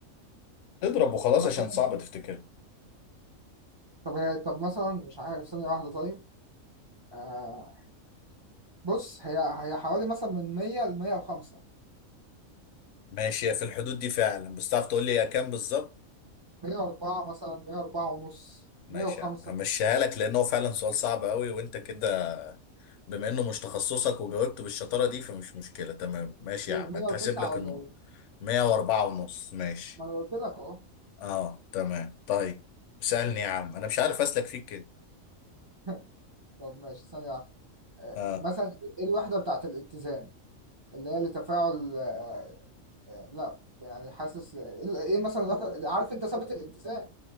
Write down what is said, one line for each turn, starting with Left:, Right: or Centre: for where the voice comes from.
Left: اضرب وخلاص
Right: مثلا
Left: عشان صعب تفتكرها
Right: طب هي طب مثلا مش عارف ثانية واحدة طيب آه بص هي هي حوالي مثلا من 100 ل 105
Left: ماشي هي في الحدود دي فعلا بس تعرف تقول لي هي كام بالظبط
Right: 104 مثلا 104 ونص
Left: ماشي
Right: 105
Left: يا عم همشيها لك لان هو فعلا سؤال صعب قوي وانت كده بما انه مش تخصصك وجاوبت بالشطاره دي فمش مشكله تمام ماشي
Right: ايه
Left: يا عم
Right: 109
Left: هتحسب لك
Right: ولا
Left: النقطه
Right: ايه
Left: 104 ونص ماشي
Right: ما انا قلت لك اهو
Left: اه تمام طيب سألني يا عم انا مش عارف اسلك فيك كده
Right: <laughs> طب ماشي ثانية واحدة. آه،
Left: اه
Right: مثلا ايه الوحدة بتاعت الاتزان اللي هي لتفاعل آه، آه، لا يعني حاسس ايه إيه مثلا الوحدة عارف انت ثابت الاتزان